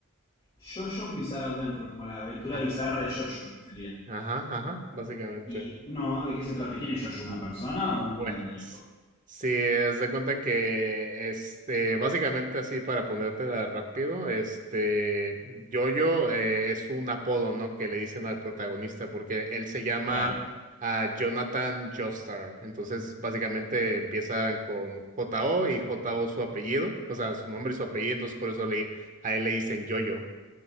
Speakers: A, on the left (about 25°); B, on the right (about 35°).
A: JoJo's Bizarre Adventure, como la aventura
B: Ah,
A: bizarra de JoJo sería.
B: ajá, ajá, básicamente.
A: Y no, ¿de qué se trata? ¿Quién es Jojo? ¿Una persona o un
B: Bueno,
A: animalito?
B: es- si es de cuenta que este, básicamente así para ponértela rápido, este, Jojo eh, es un apodo, ¿no? Que le dicen al protagonista porque él se llama
A: Claro.
B: ah, Jonathan Joestar. Entonces, básicamente empiezan con J O y J O su apellido, o sea, su nombre y su apellido, entonces por eso le, a él le dicen Jojo.